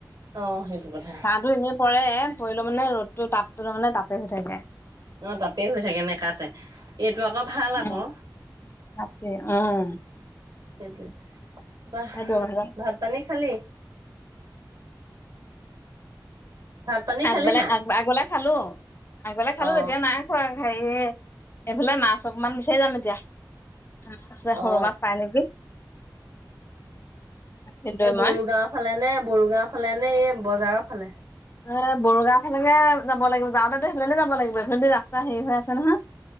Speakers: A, on the right (about 65°); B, on the left (about 35°).
A: অ সেইটো কথা
B: ছাটো এনে পৰে, পৰিলে মানে ৰ'দটো, তাপটো মানে তাপেই হয় থাকে।
A: অ', তাপেই হৈ থাকে নেকাতে, এইটো আকৌ ভাল
B: উম
A: আকৌ।
B: তাকে, উম।
A: সেইটোৱে, কোৱা,
B: সেইটো কথা
A: ভাত-পানী খালি? ভাত পানী
B: আগবেলা,
A: খালি নাই
B: আগ আগবেলা খালো, আগবালে খালো,
A: অ
B: এতিয়া নাই। খোৱা, হেৰি এইফালে, মাছ অকমান বিচাৰি যাম এতিয়া। উম, পিছে সৰু
A: অ অ
B: মাছ পাই নেকি? ভিনদেউ
A: এ বড়ো
B: মই
A: গাওঁ ফালে নে, বড়ো গাওঁ ফালে নে, এই বজাৰৰ ফালে।
B: এ বড়ো গাওঁ ফালেগে যাব লাগিব, যাওঁতেটো সেইফালে যাব লাগিব, এইফালেদি ৰাস্তা হেৰি হৈ আছে নহয়।